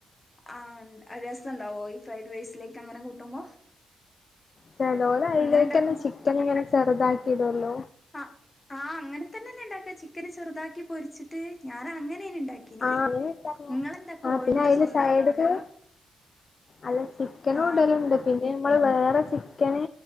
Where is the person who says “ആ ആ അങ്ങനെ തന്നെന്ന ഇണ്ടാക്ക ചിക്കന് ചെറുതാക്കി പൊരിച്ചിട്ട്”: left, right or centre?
Left